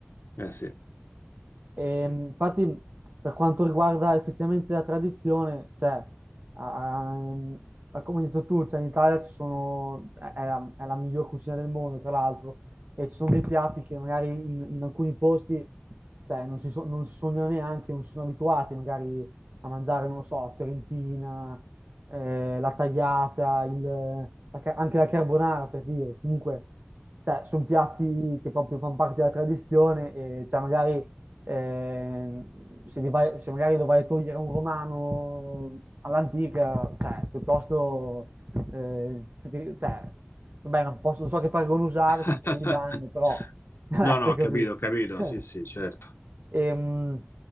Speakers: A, on the left (about 80°); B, on the right (about 55°).
A: Eh sì,
B: E,
A: sì.
B: mh, infatti, per quanto riguarda effettivamente la tradizione, cioè, a- a- ehm, a- come hai detto tu, cioè, in Italia ci sono, è, è la, è la miglior cucina del mondo, tra l'altro, e ci sono dei piatti che magari in, in alcuni posti, cioè, non si, so- non si sognano neanche, non si sono abituati magari a mangiare, non lo so, la fiorentina, eh, la tagliata, il- la ca- anche la carbonara, per dire. Comunque, cioè, sono piatti che proprio fanno parte della tradizione e, cioè, magari eh, se, li vai- se magari lo vai a togliere a un romano all'antica, cioè, piuttosto, eh, cioè, vabbè, non posso, non so che paragone usare
A: <laughs>
B: senza che li bannino, però, <laughs> cioè,
A: No, no,
B: si è
A: ho
B: capito.
A: capito, ho capito,
B: <laughs>
A: sì, sì, certo.
B: Ehm,